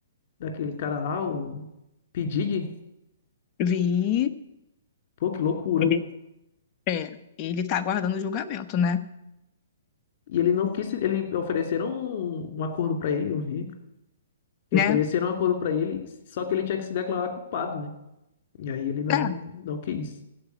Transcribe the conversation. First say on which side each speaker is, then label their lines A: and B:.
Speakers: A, on the left; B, on the left.
A: daquele cara lá, o P. Diddy?
B: vi.
A: Pô, que loucura.
B: Ele, é, ele tá aguardando o julgamento, né?
A: E ele não quis, ele ofereceram um, um acordo pra ele, eu vi, que
B: Né?
A: ofereceram um acordo pra ele, só que ele tinha que se declarar culpado, né? E aí ele não
B: É.
A: não quis.